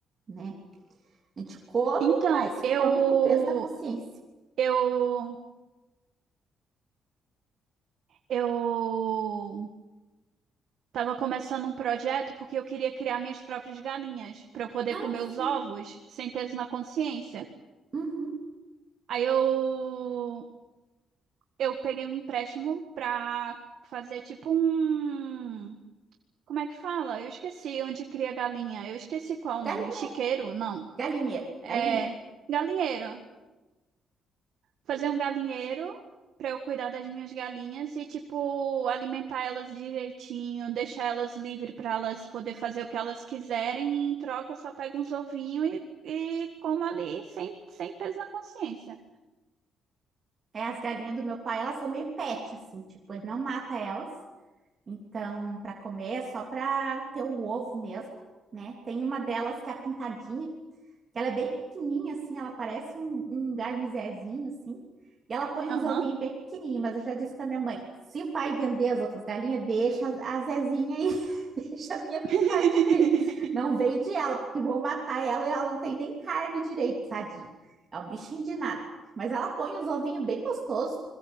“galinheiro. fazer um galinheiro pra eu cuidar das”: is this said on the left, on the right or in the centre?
Right